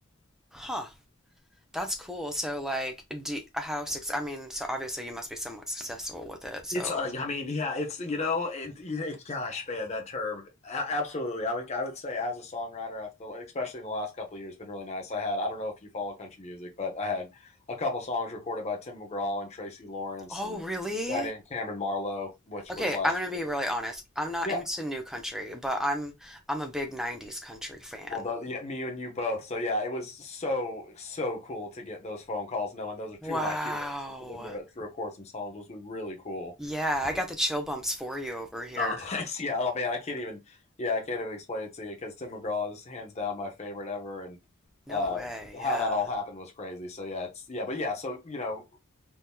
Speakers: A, in the centre; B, on the left (about 30°).
A: Huh. That's cool. So, like, do, how success? I mean, so obviously you must be somewhat successful with it. So,
B: it's. Uh, I mean, yeah, it's you know, it, it, gosh, man, that term. A- absolutely, I would. I would say as a songwriter, I've, especially in the last couple of years, been really nice. I had. I don't know if you follow country music, but I had a couple songs recorded by Tim McGraw and Tracy Lawrence
A: oh,
B: and
A: really?
B: a guy named Cameron Marlowe, which
A: Okay,
B: was last
A: I'm gonna
B: year.
A: be really honest. I'm not
B: Yeah,
A: into new country, but I'm I'm a big 90s country fan.
B: Well, though, yeah, me and you both. So yeah, it was so so cool to get those phone calls, knowing those are two
A: Wow.
B: of my heroes. So for them to, to record some songs was really cool.
A: Yeah, I
B: Yeah.
A: got the chill bumps for you over here.
B: Oh, <laughs> that's, yeah. Oh man, I can't even. Yeah, I can't even explain it to you because Tim McGraw is hands down my favorite ever, and
A: No
B: uh,
A: way.
B: how
A: Yeah.
B: that all happened was crazy. So yeah, it's yeah, but yeah. So you know,